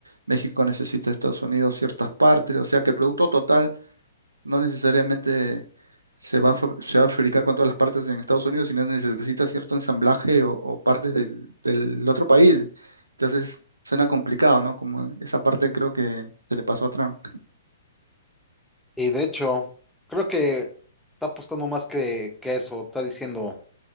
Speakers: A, on the right; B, in the centre.
A: México necesita a Estados Unidos ciertas partes, o sea que el producto total no necesariamente se va a, fa- se va a fabricar con todas las partes en Estados Unidos, sino necesita cierto ensamblaje o, o partes del, del otro país. Entonces suena complicado, ¿no? Como esa parte creo que se le pasó a Trump.
B: Y de hecho, creo que está apostando más que, que eso. Está diciendo,